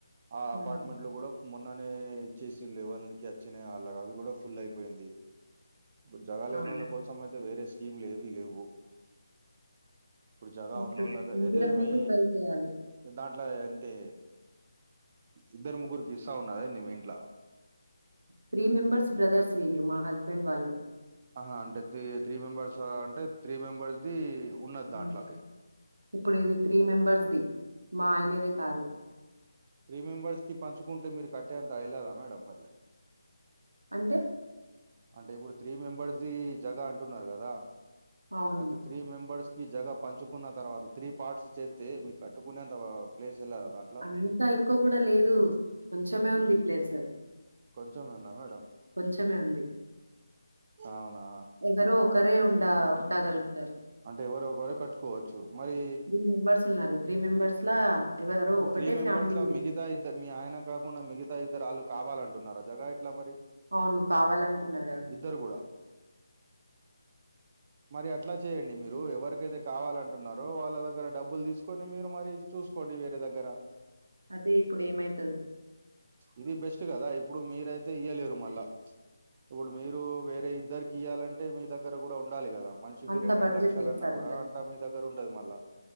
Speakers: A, on the right; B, on the right.
A: ఆ అపార్ట్మెంట్
B: ఉమ్
A: లో కూడా మొన్ననే ఇచ్చేసే లేవల్కి వచ్చినయ్ అళ్ళ అవికూడా ఫుల్ అయిపోయింది ఇప్పుడు జగ లేని
B: అవును
A: వాళ్ళ కోసం అయితే వేరే స్కీమ్లు ఏవీ లేవు ఇప్పుడు జగ
B: ఓకే
A: ఉన్న వాళ్లకైతే
B: ఇందిరమ్మకి
A: మి
B: ట్రై చేయాలి
A: ఇగ దాంట్ల అంతే ఇద్దరు ముగ్గురికి ఇస్తా ఉన్నారా ఏంది మీ ఇంట్ల
B: త్రీ మెంబర్స్ బ్రదర్స్ వీళ్ళు మా హస్బెండ్ వాళ్ళు
A: ఆహా అంటే త్రి త్రీ మెంబర్స్ అంటే త్రీ మెంబర్స్ ది ఉన్నది దాంట్ల
B: మ్ ఇప్పుడు ఇది త్రీ మెంబర్స్ ది మా ఆయనది కాదు
A: త్రీ మెంబర్స్ కి పంచుకుంటే మీరు కట్టే అంత ఎల్లదా మేడం అది
B: అంటే
A: అంటే ఇప్పుడు త్రీ మెంబర్స్ జగ అంటున్నారు కదా
B: అవును
A: అయితే త్రీ మెంబర్స్ కి జగ పంచుకున్న తర్వాత త్రీ పార్ట్స్ చేస్తే మీ కట్టుకున్న ప్లేస్ ఎలా దాన్ట్ల
B: అంత ఎక్కువ కూడా లేదు కొంచెమే ఉంది ప్లేస్
A: కొంచమే ఉందా మేడం
B: కొంచెమే ఉంది
A: అవునా
B: ఎవరో ఒకరే ఉండ ఉండగలుగుతారు
A: అంటే ఎవరో ఒకరే కట్టుకోవచ్చు మరి
B: త్రి మెంబర్స్ ఉన్నారు త్రీ మెంబర్స్ లా ఎవరో
A: ఇప్పుడు
B: ఒకటే
A: త్రీ మెంబర్స్
B: ఫ్యామిలీ
A: లా మిగతా ఇద్దరు మీ ఆయన కాకుండా మిగతా ఇద్దరు వాళ్ళు కావాలంటున్నార జగా ఎట్ల మరి
B: అవును కావాలంటున్నారు కదా
A: ఇద్దరు కూడా మరి అట్లా చేయండి మీరు ఎవరికైతే కావాలంటున్నారో వాళ్ళ దగ్గర డబ్బులు తీసుకొని మీరు మరి చూసుకోండి వేరే దగ్గర
B: అదే ఇప్పుడు ఏమైతదో
A: ఇది బెస్ట్ కదా ఇప్పుడు మీరైతే ఇయ్యలేరు మళ్ళా ఇప్పుడు మీరు వేరే ఇద్దరికి ఇయాలంటే మీ దగ్గర కూడా ఉండాలి కదా మనిషికి
B: అంత
A: రెండు
B: బడ్జెట్
A: రెండులక్షలు
B: లేదు
A: అన్నా
B: సార్
A: కూడా
B: మా
A: అంతా మీ దగ్గర దగ్గర ఉండదు మల్ల